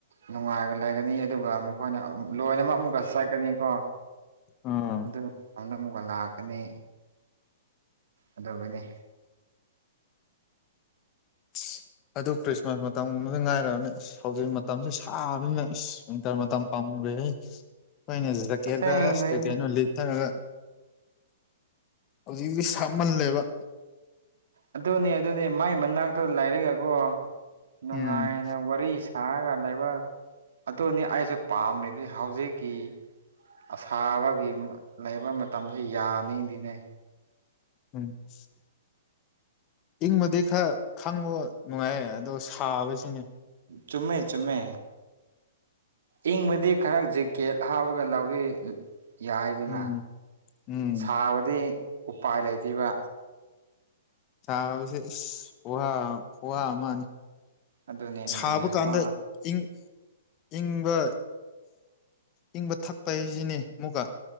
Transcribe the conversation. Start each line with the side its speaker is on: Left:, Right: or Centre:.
Right: ꯅꯨꯡꯉꯥꯏꯔ ꯂꯩꯒꯅꯤ ꯑꯗꯨꯒ ꯃꯈꯣꯏꯅ ꯂꯣꯏꯅꯃꯛ ꯑꯃꯨꯛꯀ ꯆꯠꯀꯅꯤꯀꯣ
Left: ꯎꯝ
Right: ꯑꯗꯨꯗ <unintelligible> ꯑꯃꯨꯛꯀ ꯂꯥꯛꯀꯅꯤ ꯑꯗꯨꯕꯨꯅꯤ
Left: ꯑꯁ ꯑꯗꯨ ꯈ꯭ꯔꯤꯁꯃꯥꯁ ꯃꯇꯝꯒꯨꯝꯕꯗ ꯉꯥꯏꯔꯕꯅꯤ ꯑꯁ ꯍꯧꯖꯤꯛ ꯃꯇꯝꯁꯦ ꯁꯥꯕꯅ ꯑꯁ ꯋꯤꯟꯇꯔ ꯃꯇꯝ ꯄꯥꯃꯨꯔꯦꯍꯦ ꯑꯩꯈꯣꯏꯅ ꯁꯤꯗ <unintelligible> ꯀꯩ
Right: ꯑꯁꯦꯡꯕꯩꯅꯦ
Left: ꯀꯩꯅꯣ ꯂꯤꯊꯔꯒ ꯍꯧꯖꯤꯛ ꯇꯤ ꯁꯥꯃꯜꯂꯦꯕ
Right: ꯑꯗꯨꯅꯦ ꯑꯗꯨꯅꯤ ꯃꯥꯏ ꯃꯅꯥꯛꯇ ꯂꯥꯏꯔꯒꯀꯣ ꯅꯨꯡꯉꯥꯏꯅ
Left: ꯎꯝ
Right: ꯋꯥꯔꯤ ꯁ ꯁꯥꯔꯒ ꯂꯩꯕ ꯑꯗꯨꯅꯤ ꯑꯩꯁꯨ ꯄꯥꯝꯃꯤꯕꯖꯦ ꯍꯧꯖꯤꯛꯀꯤ ꯑꯁꯥꯕꯒꯤ ꯂꯩꯕ ꯃꯇꯝꯖꯦ ꯌꯥꯅꯤꯡꯗꯤꯅꯦ
Left: <unintelligible> ꯏꯪꯕꯗꯤ ꯈꯔ ꯈꯪꯕ ꯅꯨꯡꯉꯥꯏꯌꯦ ꯑꯗꯣ ꯁꯥꯕꯁꯤꯅꯤ
Right: ꯆꯨꯝꯃꯦ ꯆꯨꯝꯃꯦ ꯏꯪꯕꯗꯤ ꯈꯔ ꯖꯤꯛꯀꯦꯠ ꯍꯥꯞꯔꯒ ꯂꯧꯔꯤ ꯌꯥꯏꯗꯅ
Left: ꯎꯝ ꯎꯝ
Right: ꯁꯥꯕꯗꯤ ꯎꯄꯥꯏ ꯂꯩꯇꯤꯕ
Left: ꯁꯥꯕꯁꯦ ꯏꯁ ꯋꯥ ꯋꯃꯥꯅꯤ
Right: ꯑꯗꯨꯅꯦ
Left: ꯁꯥꯕ
Right: ꯑꯗꯨꯅꯦ
Left: ꯀꯥꯟꯗ
Right: ꯋꯥ
Left: ꯏꯪ ꯏꯪꯕ ꯏꯪꯕ ꯊꯛꯄ ꯍꯥꯏꯁꯤꯅꯤ ꯑꯃꯨꯛꯀ